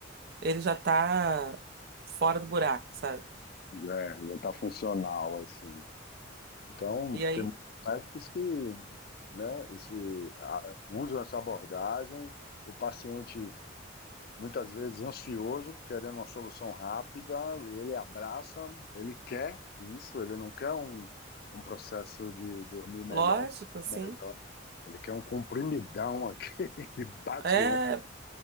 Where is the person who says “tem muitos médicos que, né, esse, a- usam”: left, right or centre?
Left